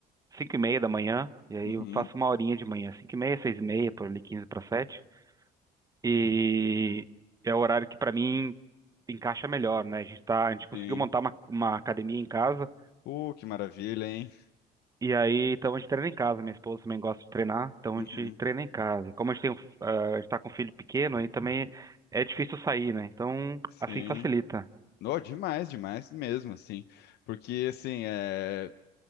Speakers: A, on the right; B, on the left.
A: 5 e meia da manhã, e aí
B: Uhum,
A: eu faço uma horinha de manhã, Cinco e meia, 6 e meia, por ali quinze para sete. E é o horário que pra mim encaixa melhor, né? A gente tá, a gente conseguiu
B: sim.
A: montar uma, uma academia em casa
B: Uh, que maravilha, hein?
A: e aí então a gente treina em casa. Minha esposa também gosta de treinar, então
B: Uhum,
A: a gente treina em casa. E como a gente tem, um f- ah, a gente tá com um filho pequeno, aí também é difícil sair, né? Então
B: sim.
A: assim facilita.
B: No, demais, demais mesmo, assim. Porque, assim, é,